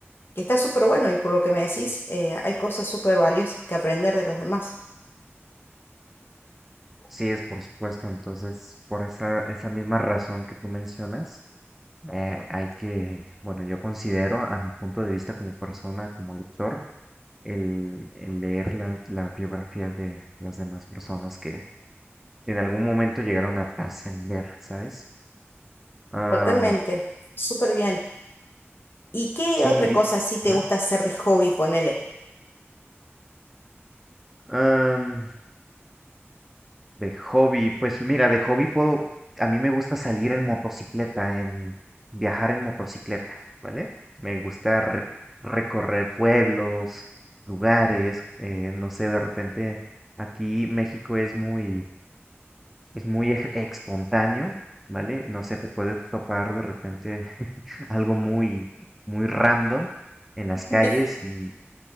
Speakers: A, on the left; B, in the centre.
A: que está súper bueno y por lo que me decís, eh, hay cosas súper valiosas que aprender de los demás.
B: Sí, es por supuesto. Entonces, por esa, esa misma razón que tú mencionas, eh, hay que, bueno, yo considero a mi punto de vista como persona, como lector, el, el leer la- las biografías de las demás personas que en algún momento llegaron a trascender, ¿sabes? Am,
A: Totalmente, súper bien. ¿Y qué
B: sí,
A: otra
B: y-
A: cosa sí te
B: ajá.
A: gusta hacer de hobby, ponele?
B: Am, de hobby, pues mira, de hobby puedo, a mí me gusta salir en motocicleta, en viajar en motocicleta, ¿vale? Me gusta re- recorrer pueblos, lugares, eh, no sé, de repente aquí México es muy es muy ex- espontáneo, ¿vale? No sé, te puedes topar de repente <laughs> algo muy, muy random en las
A: <laughs>
B: calles y,